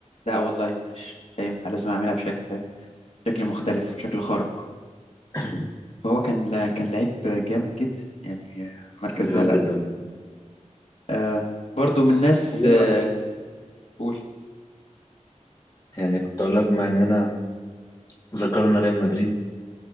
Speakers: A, on the left; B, on the left.
A: لا والله مش هينفع لازم اعملها بشكل بشكل مختلف بشكل خارق
B: <clears throat>
A: فهو كان لا- كان لعيب جامد جدا يعني المركز
B: دايما
A: ده لا
B: جدا
A: آه برضو من الناس
B: هو
A: آه قول
B: يعني كنت اقول لك بما اننا ذكرنا ريال مدريد